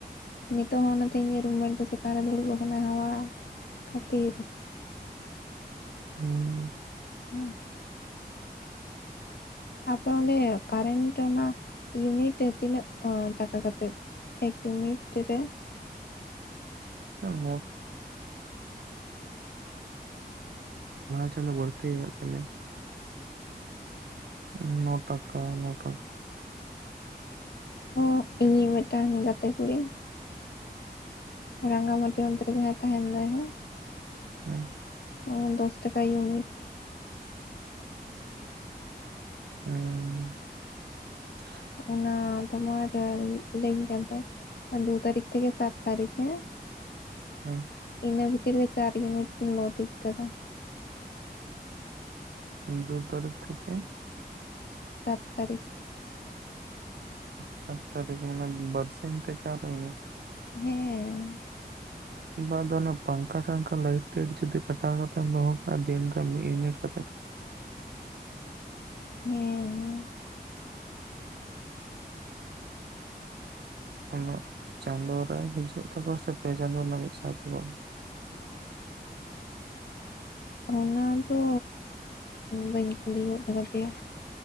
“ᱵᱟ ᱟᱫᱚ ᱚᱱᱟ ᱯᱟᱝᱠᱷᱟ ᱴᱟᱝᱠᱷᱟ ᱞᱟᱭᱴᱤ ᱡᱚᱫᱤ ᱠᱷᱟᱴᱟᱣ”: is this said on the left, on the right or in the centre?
Right